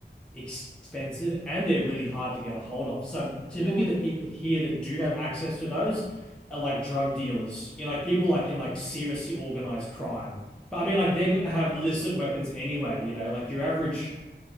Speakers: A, in the centre; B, on the left.
A: expensive and they're really hard to get a hold of. So typically
B: Yeah.
A: the people here that do have access to those are like drug dealers, you know, like people like in like seriously organized crime. But I mean
B: Oh,
A: like
B: wow.
A: they're gonna have illicit weapons anyway, you know, like your average